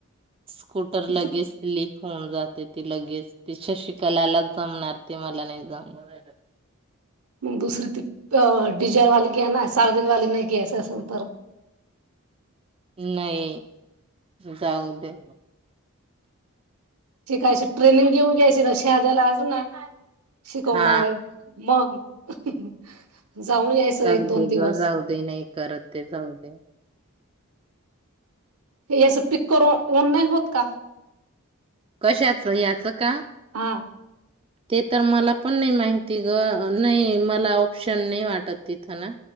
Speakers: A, on the right; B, on the right.
A: स्कूटर
B: मग
A: लगेच स्लीप होउन जाते ती लगेच ती शशिकलालाच जमणार ते मला नाही जमणार.
B: मग दुसरी त अ डिजालवाली घ्या ना सार दिन वाली नाही घ्याचं असंल तर
A: नाही जाऊ दे.
B: शिकायच ट्रेनिंग घेऊन घ्यायची ना शद्याला ना शिकवणारे
A: हा
B: मग <unintelligible> जाऊन यायच एक
A: जाऊ
B: दोन
A: दे
B: दिवस
A: ग जाऊ दे नाही करत ते जाऊ दे
B: हे आस पिक करून ओन नाही होत का?
A: कशाचं, याच का?
B: हा.
A: ते तर मला पण नाही माहिती ग. नाही मला ऑप्शन नाही वाटत तिथं ना